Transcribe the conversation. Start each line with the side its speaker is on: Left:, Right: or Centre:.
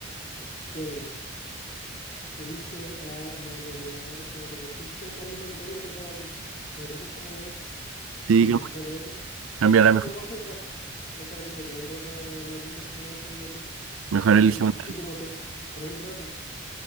Left: Ya, mira. Te dice, ah, no, en realidad no, porque me tocó justo la misma que te había tocado a ti. A ver, déjame ver si
Right: Sí,
Left: me sale otra.
Right: cambia
Left: <laughs>
Right: la
Left: No,
Right: mejor.
Left: me está, Me está saliendo todo el rato eh, las mismas que te habían salido a ti. <laughs>
Right: Mejor elige
Left: Pues
Right: una.
Left: casi como todo, todo el rato.